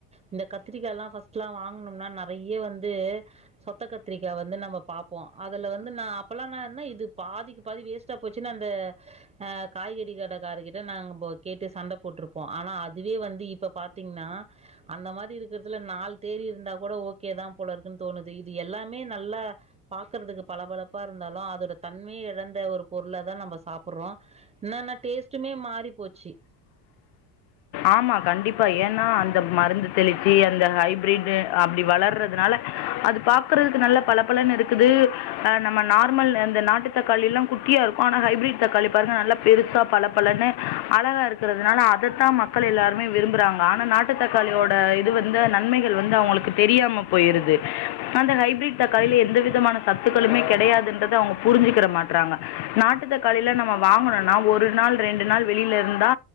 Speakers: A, on the right; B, on the left.
A: இந்த கத்திரிக்கால்லா ஃபர்ஸ்ட்லா வாங்குனோம்னா ந றைய வந் இது சொத்த கத்திரிக்கா வந்து நம்ம பாப்போம் அது ஹலோ வந்து நா அப்பெல்லா நா என்ன இது பாதிக்கு பாதி வேஸ்டா போச் ச்சின்னு அந்த ஆ காய்கறி கடைக்காரர்கிட்ட நாங்க ப கேட்டு சண்ட புடிச் போட்ருப்போ ஆனா அதுவே வந்து இப்ப பாத்தீங்னா அந்த மாதிரி இருக்கறதுல நாலு தேறி இருந்தா கூட ஓகேதா போல இருக்குன்னு தோணுது இது எல்லாமே நல்லா பாக்குறதுக்கு பளபளப்பா இருந்தாலு அதோட தன்மைய இழந்த ஒரு பொருளதா நம்ம சாப்பட்றோ என்னன்னா டேஸ்ட்டுமே மாறிப் போச்சு
B: ஆமா கண்டிப்பா ஏன்னா அந்த மருந்து தெளிச்சு அந்த ஹைபரிட்டு் அப்டி வளர்றதுனால அது பாக்குறதுக்கு நல்ல பல பலன் இருக்குது ஹா நம்ம நார்மல் அந்த நாட்டு தக்காளி எல்லாம் குட்டியா இருக்கும் ஆனா ஹைபிரிட் தக்காளி பாருங்க நல்ல பெருசா பல பலன்னு அழகா இருக்கிறதுனால அதத்தான் மக்கள் எல்லாருமே விரும்புறாங் ஆனா நாட்டு தக்காளியோட இது வந்து நன்மைகள் வந்து அவங்களுக்கு தெரியாம போயிருது அந்த ஹைபிரிட் தக்காளியில எந்த விதமான சத்துக்களுமே கிடையாதுன்றது அவங்க புரிஞ்சிக்கர மாட்றாங்க நாட்டு தக்காளியில நம்ம வாங்கனும்னா ஒரு நாள் ரெண்டு நாள் வெளியில இருந்தா